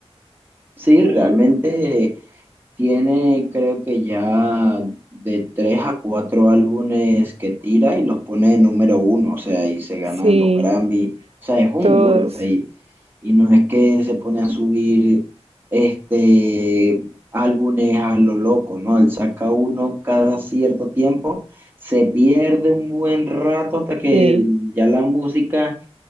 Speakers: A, on the right; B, on the right.
A: sí, realmente Tiene, creo que ya de tres a cuatro álbumes que tira y los pone de número uno, o sea, y se ganan
B: Sí,
A: los Grammy, o sea, es un
B: todos,
A: duro, o sea, y, y no es que se pone a subir este álbumes a lo loco, ¿no? Él saca uno cada cierto tiempo, se pierde un buen rato hasta que
B: sí.
A: ya la música